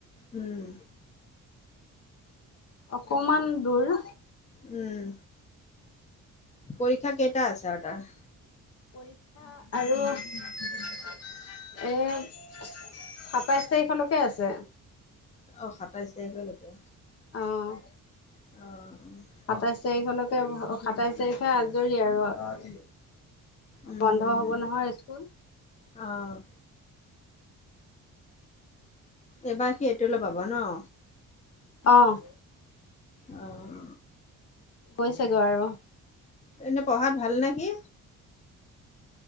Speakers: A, on the left; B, on the left.
A: উম।
B: অকমান দূৰ।
A: উম। পৰীক্ষা কেইটা আছে আৰু তাৰ?
B: পৰীক্ষা আৰু এ সাতাইশ তাৰিখলৈকে আছে।
A: অ' সাতাইছ তাৰিখলৈকে।
B: অ'।
A: অ'।
B: সাতাইশ তাৰিখলৈক, সাতাইশ তাৰিখে আজৰি আৰু।
A: উম
B: বন্ধ হ'ব নহয় স্কুল।
A: অ'। এইবাৰ সি এইটলৈ পাব ন'।
B: অ'।
A: অহ।
B: গৈছেগৈ আৰু <unintelligible>
A: এনে পঢ়াত ভাল নে সি?